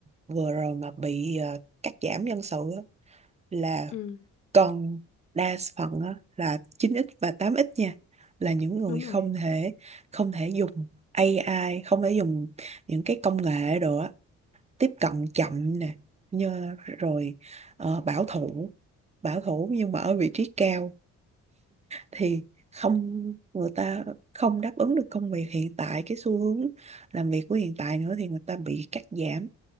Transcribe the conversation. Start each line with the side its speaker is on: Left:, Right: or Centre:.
Right: vừa rồi mà bị ờ, cắt giảm nhân sự á, là
Left: ừ
Right: còn đa phần á, là chín x và tám x nha là những người
Left: đúng
Right: không
Left: rồi
Right: thể không thể dùng AI không thể dùng những cái công nghệ đồ á tiếp cận chậm nè như rồi ờ, bảo thủ bảo thủ nhưng mà ở vị trí cao thì không người ta không đáp ứng được công việc hiện tại cái xu hướng làm việc của hiện tại nữa thì người ta bị cắt giảm